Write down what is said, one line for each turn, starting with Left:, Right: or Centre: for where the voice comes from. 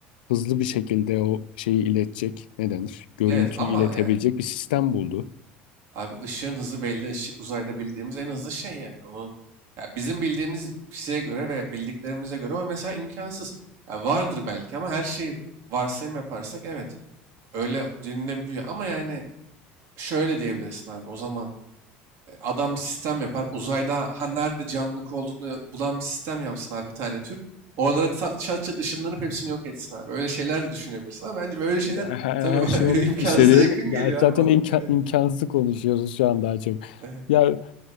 Left: hızlı bir şekilde o şeyi iletecek. Ne denir? Görüntüyü
Right: Evet ama
Left: iletebilecek
Right: yani
Left: bir sistem buldu.
Right: abi ışığın hızı belli. Işık uzayda bildiğimiz en hızlı şey yani. O ya bizim bildiğimiz fiziğe göre ve bildiklerimize göre o mesela imkansız. Ya vardır belki ama her şey varsayım yaparsak evet öyle denilebiliyor. Ama yani şöyle diyebilirsin abi o zaman Adam bir sistem yapar. Uzayda ha nerede canlılık olduğunu bulan bir sistem yapsın abi bir tane tür. Oralara ta- çat çat ışınlanıp hepsini yok etsin abi. Öyle şeyler de düşünebilirsin ama bence böyle
Left: Ya
Right: şeyler
Left: her,
Right: tabii
Left: her şey olabilir
Right: <laughs> imkansıza
Left: işte diyorum.
Right: yakın geliyor
Left: Ya zaten
Right: abi bana.
Left: imkan,
Right: Evet.
Left: imkansız konuşuyoruz şu an daha çok.
Right: Evet.
Left: Ya